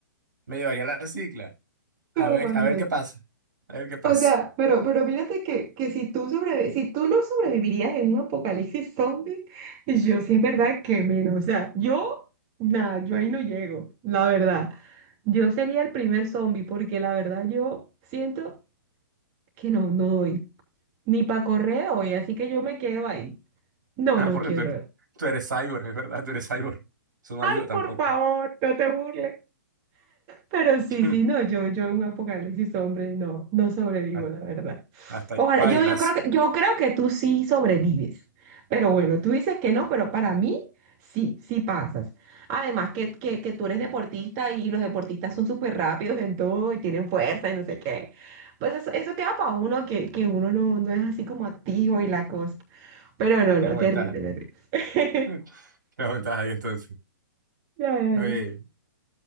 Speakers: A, on the right; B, on the right.
A: me llevaría la cicla. A
B: Tú,
A: ver,
B: imagínate.
A: a ver qué pasa. A ver qué pasa.
B: O sea,
A: <laughs>
B: pero, pero mírate que, que si tú sobrevi- si tú no sobrevivirías en un apocalipsis zombie, yo sí es verdad que menos. O sea, yo, nada, yo ahí no llego, la verdad. Yo sería el primer zombie porque la verdad yo siento que no, no doy. Ni para correr hoy, así que yo me quedo ahí. No,
A: Ah,
B: no
A: porque
B: quiero.
A: tú eres, tú eres cyborg, es verdad, tú eres cyborg. Eso no
B: Ay,
A: ayuda tampoco.
B: por favor, no te burles. Pero sí,
A: <laughs>
B: sí, no, yo, yo en un apocalipsis hombre, no, no sobrevivo,
A: Hasta
B: la verdad.
A: hasta
B: Ojalá,
A: ahí, bailas.
B: yo, yo creo que, yo creo que tú sí sobrevives. Pero bueno, tú dices que no, pero para mí sí, sí pasas. Además que, que, que tú eres deportista y los deportistas son súper rápidos en todo y tienen fuerza y no sé qué. Pues eso, eso queda para uno, que, que uno no, no es así como activo y la cosa. Pero
A: Ah,
B: no,
A: tengo
B: no, terrible,
A: ventaja.
B: terrible.
A: <laughs> Tengo
B: <laughs>
A: ventaja ahí entonces.
B: Ya, ya,
A: Oye,
B: ya.